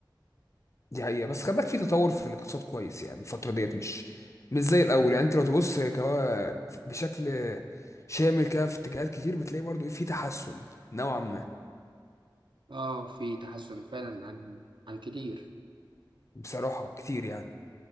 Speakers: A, on the left; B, on the right.
A: دي حقيقه بس خلي بالك في تطور في الاقتصاد كويس يعني الفتره ديت مش مش زي الاول يعني انت لو تبص كوا بشكل شامل كده في اتجاهات كتير بتلاقي برضو في تحسن نوعا ما
B: اه في تحسن فعلا عن عن كتير
A: بصراحه كتير يعني